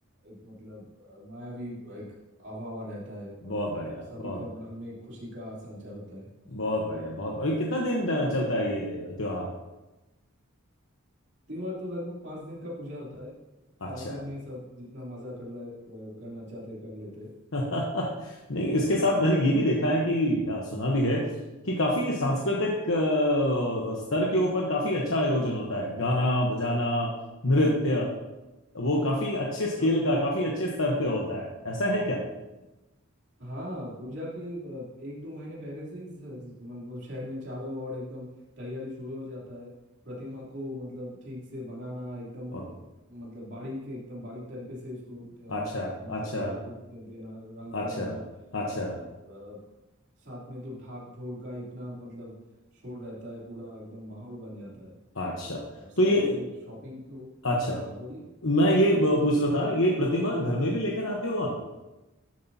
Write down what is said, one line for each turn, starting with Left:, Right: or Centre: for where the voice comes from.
Right: एक मतलब आ, मायावी एक आवावा रहता है और
Left: बहुत बढ़िया
Right: सभी
Left: बहुत
Right: का मन में खुशी का संचार होता है
Left: बहुत बढ़िया बहुत अरे कितना दिन अ, चलता है ये त्योहार
Right: त्योहार तो लगभग पाँच दिन का पूजा होता है पाँच
Left: अच्छा
Right: दिन में ही सब जितना मजा कर ले करना चाहते हैं, कर लेते हैं।
Left: <laughs> नहीं इसके साथ मैंने ये भी देखा है कि या सुना भी है कि काफी सांस्कृतिक अ, स्तर के ऊपर काफी अच्छा आयोजन होता है गाना बजाना नृत्य वो काफी अच्छे स्केल
Right: हाँ
Left: का काफी अच्छे स्तर पे होता है ऐसा है क्या
Right: हाँ पूजा के अ, एक दो महीने पहले से ही स- मतलब शहर में चारों ओर एकदम तैयारी शुरू हो जाता है प्रतिमा को मतलब ठीक से बनाना एकदम अ,
Left: ओके
Right: मतलब बारीक एकदम बारीक तरीके से उसको अ,
Left: अच्छा
Right: मतलब
Left: अच्छा
Right: पूरा रूप दे- देना रंग
Left: अच्छा
Right: करना
Left: अच्छा
Right: और अ, साथ में तो ढाक ढोल का इतना मतलब शोर रहता है पूरा एकदम माहौल बन जाता है
Left: अच्छा
Right: और साथ
Left: तो ये
Right: में शॉपिंग तो
Left: अच्छा
Right: हाँ बोलिए
Left: मैं ये अ, पूछ रहा था ये प्रतिमा घर में भी लेकर आते हो आप